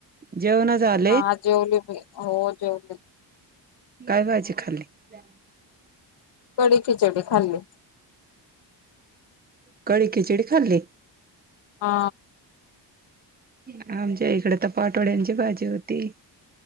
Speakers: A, on the right; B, on the left.
A: जेवण झालं
B: हा जेवले बी हो जेवले
A: गावा आजी खाली जा
B: कडी खिचडी खाल्ली
A: कळीी खिचडी खाल्ली
B: हा
A: आमच्या इकडे तर पाठोड्यांची भाजी होती